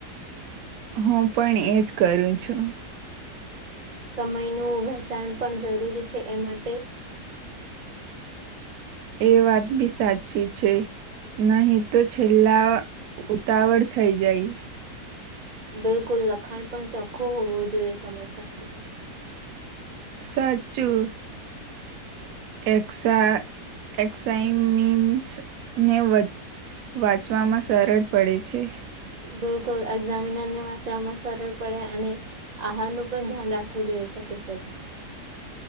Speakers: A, on the right; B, on the right.
A: હું પણ એજ કરું છું
B: સમયનું વેચાણ પણ જરૂરી છે એ માટે
A: એ વાત બી સાચી છે નહી તો છેલ્લા ઉતાવળ થઈ જાય
B: બિલકુલ લખાણ પણ ચોખ્ખો હોવો જોઈએ સમય સાથે
A: સાચું એસા એસઇમીન્સ ને વ વાંચવામાં સરળ પડે છે
B: બિલકુલ એક્ઝામિનર ને વાંચવામાં સરળ પડે અને આહાર નું પણ ધ્યાન રાખવું જોઈએ સાથે સાથે